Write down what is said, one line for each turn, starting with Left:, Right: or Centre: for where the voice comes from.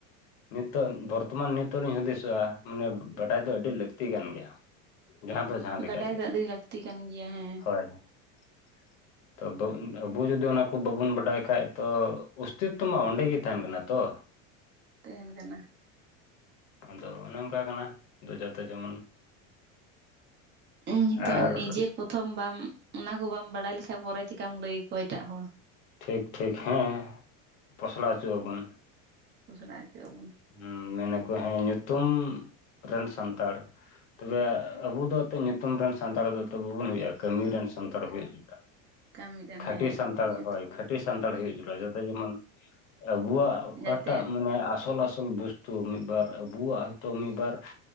Left: ᱱᱤᱛᱚᱜ ᱵᱚᱨᱛᱚᱢᱟᱱ ᱱᱤᱛᱚᱜ ᱞᱤᱧ ᱦᱩᱫᱤᱥᱚᱜ-ᱟ ᱢᱟᱱᱮ ᱵᱟᱰᱟᱭ ᱫᱚ ᱟᱹᱰᱤ ᱞᱟᱹᱠᱛᱤ ᱠᱟᱱ ᱜᱮᱭᱟ᱾ ᱡᱟᱦᱟᱸ ᱫᱚ ᱡᱟᱦᱟᱸ
Right: ᱵᱟᱰᱟᱭ
Left: ᱞᱮᱠᱟ ᱜᱮ
Right: ᱫᱚ ᱟᱹᱰᱤ ᱞᱟᱹᱠᱛᱤ ᱠᱟᱱ ᱜᱮᱭᱟ ᱦᱮᱸ᱾
Left: <unintelligible>
Right: <inaudible>
Left: ᱛᱚ ᱫᱚ ᱟᱵᱚ ᱡᱩᱫᱤ ᱚᱱᱟ ᱠᱚ ᱵᱟᱵᱚᱱ ᱵᱟᱰᱟᱭ ᱠᱷᱟᱡᱽ ᱛᱚ ᱚᱥᱛᱤᱛ ᱛᱚ ᱢᱟ ᱚᱸᱰᱮ ᱜᱮ ᱛᱟᱦᱮᱱ ᱠᱟᱱᱟ ᱛᱚ
Right: ᱛᱮᱦᱮᱱ ᱠᱟᱱᱟ᱾
Left: ᱟᱫᱚ ᱚᱱᱮ ᱚᱱᱠᱟ ᱠᱟᱱᱟ ᱫᱚ ᱡᱚᱛᱮ ᱡᱮᱢᱚᱱ
Right: ᱤ ᱱᱤᱛᱚᱜ
Left: ᱟᱨ
Right: ᱱᱤᱡᱮᱨ ᱯᱚᱛᱷᱚᱢ ᱵᱟᱢ ᱚᱱᱟ ᱠᱚ ᱵᱟᱢ ᱵᱟᱲᱟᱭ ᱞᱮᱠᱷᱟᱱ ᱯᱚᱨᱮ ᱪᱮᱠᱟᱢ ᱞᱟᱹᱭ ᱟᱠᱚᱣᱟ ᱮᱴᱟᱜ ᱦᱚᱲ
Left: ᱴᱷᱤᱠ ᱴᱷᱤᱠ ᱦᱮᱸ ᱯᱚᱥᱞᱟᱣ ᱚᱪᱚᱜ ᱟᱵᱚᱱ
Right: ᱯᱚᱥᱲᱟ ᱟᱪᱚ ᱟᱵᱚᱱ
Left: ᱦᱩᱸ ᱢᱮᱱᱟᱠᱚ ᱦᱮᱸ ᱧᱩᱛᱩᱢ ᱨᱮᱱ ᱥᱟᱱᱛᱟᱲ ᱛᱚᱵᱮ ᱟᱵᱚ ᱫᱚ ᱛᱮ ᱧᱩᱛᱩᱢ ᱨᱮᱱ ᱥᱟᱱᱛᱟᱲ ᱫᱚ ᱛᱚ ᱵᱟᱵᱚᱱ ᱦᱩᱭᱩᱜ-ᱟ ᱠᱟᱹᱢᱤ ᱨᱮᱱ ᱥᱟᱱᱛᱟᱲ ᱦᱩᱭᱩᱜ ᱡᱟᱲᱩᱲᱟ᱾
Right: ᱠᱟᱹᱢᱤ ᱨᱮᱱ
Left: ᱠᱷᱟᱹᱴᱤ
Right: ᱦᱮᱸ
Left: ᱥᱟᱱᱛᱟᱲ
Right: ᱧᱩᱛ
Left: ᱦᱳᱭ ᱠᱷᱟᱹᱴᱤ ᱥᱟᱱᱛᱟᱲ ᱦᱩᱭᱩᱜ ᱡᱟᱲᱩᱲᱟ ᱡᱟᱛᱮ ᱡᱮᱢᱚᱱ ᱟᱵᱚᱣᱟᱜ ᱚᱠᱟᱴᱟᱜ
Right: ᱡᱟᱛᱮ
Left: ᱢᱟᱱᱮ ᱟᱥᱚᱞ ᱟᱥᱚ ᱚᱞ ᱵᱩᱥᱛᱩ ᱢᱤᱫᱵᱟᱨ ᱟᱵᱚᱣᱟᱜ ᱛᱚ ᱢᱤᱫᱵᱟᱨ